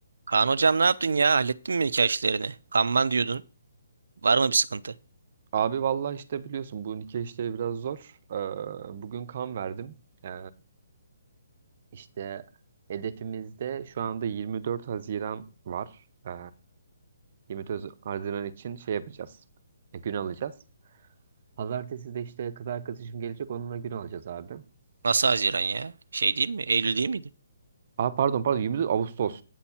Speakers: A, on the right; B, on the right.
A: Kaan hocam ne yaptın ya? Hallettin mi nikah işlerini? Kanman diyordun. Var mı bir sıkıntı?
B: Abi vallahi işte biliyorsun bu nikah işleri biraz zor. Ee, bugün kan verdim. Ee, işte hedefimizde şu anda 24 Haziran var. Ee, 24 Haziran için şey yapacağız. E, gün alacağız. Pazartesi de işte kız arkadaşım gelecek onunla gün alacağız abi.
A: Nasıl Haziran ya? Şey değil mi? Eylül değil miydi?
B: Aa pardon pardon 24 Ağustos.